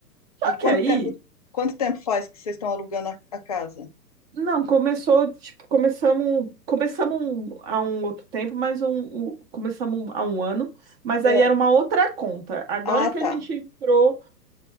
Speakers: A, on the right; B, on the left.
A: Só
B: E quanto
A: que aí,
B: tempo, quanto tempo faz que vocês estão alugando a a casa?
A: Não, começou, tipo, começamos, começamos um- há um outro tempo, mas um, um- começamos há um ano, mas
B: Hã.
A: aí era uma outra conta. Agora
B: Ah,
A: que a
B: tá.
A: gente entrou,